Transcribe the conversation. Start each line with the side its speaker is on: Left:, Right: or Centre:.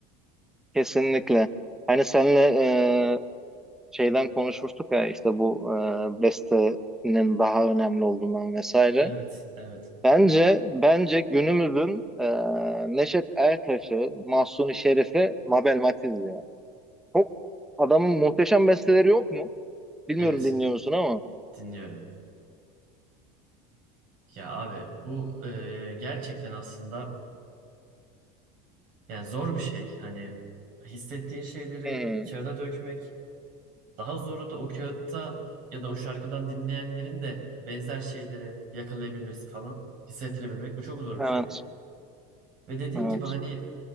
Centre: Kesinlikle. Hani senle e, şeyden konuşmuştuk ya işte bu e, bestenin daha önemli olduğundan vesaire.
Right: Evet, evet,
Centre: Bence bence günümüzün e, Neşet Ertaş'ı, Mahsuni Şerif'i, Mabel Matiz ya. Çok adamın muhteşem besteleri yok mu? Bilmiyorum
Right: evet.
Centre: dinliyor musun ama.
Right: Dinliyorum. Ya abi bu e, gerçekten aslında yani zor bir şey. Hani hissettiğin şeyleri
Centre: Hı hı.
Right: kağıda dökmek. Daha zoru da o kağıtta ya da o şarkıdan dinleyenlerin de benzer şeyleri yakalayabilmesi falan hissettirebilmek. Bu çok zor
Centre: Evet,
Right: bir şey. Ve dediğin
Centre: evet.
Right: gibi hani